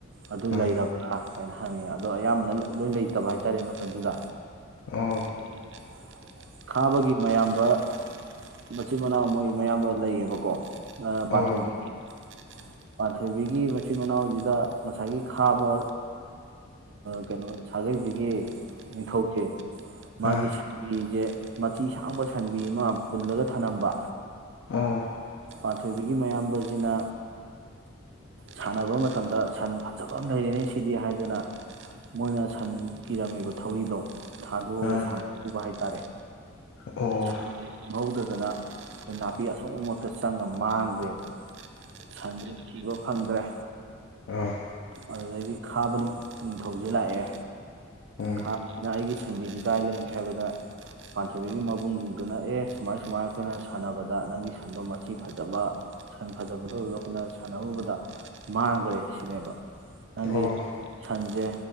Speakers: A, on the right; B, on the left.
A: ꯑꯗꯨ
B: ꯑꯥ
A: ꯂꯩꯔꯕ꯭ꯔꯥ ꯑꯗꯨꯃꯥꯏꯅ ꯍꯪꯉꯦ ꯑꯗꯣ ꯑꯌꯥꯝꯕꯅ ꯂꯣꯏ ꯂꯩꯇꯕ ꯍꯥꯏꯇꯥꯔꯦ ꯃꯇꯝꯗꯨꯗ
B: ꯑꯣ
A: <inaudible> ꯈꯥꯕꯒꯤ ꯃꯌꯥꯝꯕ ꯃꯆꯤꯟ ꯃꯅꯥꯎ ꯃꯣꯏ ꯃꯌꯥꯝꯕ ꯂꯩꯌꯦꯕꯀꯣ
B: ꯑꯣ
A: ꯄꯥꯟꯊꯣꯏꯕꯤꯦ ꯄꯊꯣꯏꯕꯤꯒꯤ ꯃꯆꯤꯟ ꯃꯅꯥꯎꯁꯤꯗ ꯉꯁꯥꯏꯒꯤ ꯈꯥꯕ ꯀꯩꯅꯣ ꯁꯥꯒꯩꯁꯤꯒꯤ ꯅꯤꯡꯊꯧꯁꯦ ꯃꯥꯒꯤ
B: ꯑꯥ
A: ꯁꯟꯕꯤꯁꯦ ꯃꯆꯤ ꯁꯥꯡꯕ ꯁꯟꯕꯤ ꯑꯃ ꯄꯨꯜꯂꯒ ꯊꯅꯝꯕ
B: ꯑꯣꯥ
A: ꯄꯥꯟꯊꯣꯏꯕꯤꯒꯤ ꯃꯌꯥꯝꯕꯁꯤꯅ ꯁꯥꯟꯅꯕ ꯃꯇꯝꯗ ꯁꯟ ꯐꯖꯕ ꯑꯃ ꯂꯩꯔ‌ꯦꯅ‌ꯦ ꯁꯤꯗꯤ ꯍꯥꯏꯗꯨꯅ ꯃꯣꯏꯅ ꯁꯟ ꯀꯤꯔꯝꯃꯤꯕ ꯊꯧꯔꯤꯗꯣ ꯊꯥꯗꯣꯛꯑꯒ
B: ꯑꯥ
A: ꯁꯥꯟꯅꯔꯨꯕ ꯍꯥꯏꯇꯥ ꯇꯥꯔꯦ
B: ꯑꯣ
A: ꯈꯪꯍꯩꯗ ꯑꯗꯨꯅ ꯑꯩꯈ‌ꯣꯏ ꯅꯥꯄꯤ ꯑꯁꯣꯡꯕ ꯃꯔꯛꯇ ꯆꯪꯉꯒ ꯃꯥꯡꯈꯔꯦꯕ ꯁꯟꯗꯔꯤꯞ ꯁꯤꯕ ꯐꯪꯗ꯭ꯔꯦ
B: ꯑ
A: ꯑꯗꯨꯗꯒꯤ ꯈꯥꯕ ꯅꯤꯡꯊꯧꯁꯦ ꯂꯥꯛꯑꯦ
B: ꯎꯝ
A: ꯈꯥꯕꯁꯤꯅ ꯑꯩꯒꯤ ꯁꯟꯗꯤ ꯀꯥꯏ ꯂꯩꯒ‌ꯦ ꯍꯥꯏꯕꯗ ꯄꯥꯟꯊꯣꯏꯕꯤꯒꯤ ꯃꯕꯨꯡꯁꯤꯡꯗꯨꯅ ꯑꯦ ꯁꯨꯃꯥꯏ ꯁꯨꯃꯥꯏꯅ ꯑꯩꯈꯣꯏꯅ ꯁꯥꯟꯅꯕꯗ ꯅꯪꯒꯤ ꯁꯟꯗꯣ ꯃꯆꯤ ꯐꯖꯕ ꯁꯟ ꯐꯖꯕꯗꯣ ꯑꯗꯨꯗ ꯑꯩꯈꯣꯏꯅ ꯁꯥꯟꯅꯔꯨꯕꯗ ꯃꯥꯡꯈ꯭ꯔꯦ ꯁꯤꯅꯦꯕ ꯅꯪꯒꯤ
B: ꯑꯣ
A: ꯁꯟꯁꯦ